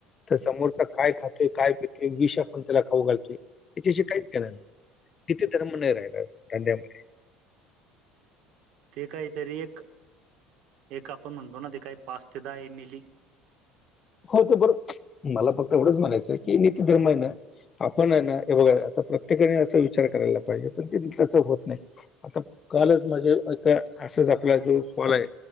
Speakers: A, on the left; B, on the right.
A: तर समोरचा काय खातोय, काय पितोय विष आपण त्याला खाऊ घालतोय, हेच्याशी काहीच घेणं नाही. इथे धर्म नाही राहिला धंद्यामध्ये.
B: ते काहीतरी एक, एक आपण म्हणतो ना ते काही पाच ते दहा एम एली.
A: हो ते बरोबर मला फक्त एवढंच म्हणायचं की, निती धर्म आहे ना. आपण हेना हे बघा आता प्रत्येकाने असा विचार करायला पाहिजे, पण ते तसं होत नाही. आता कालच माझे एका असंच, आपला जो कॉल आहे.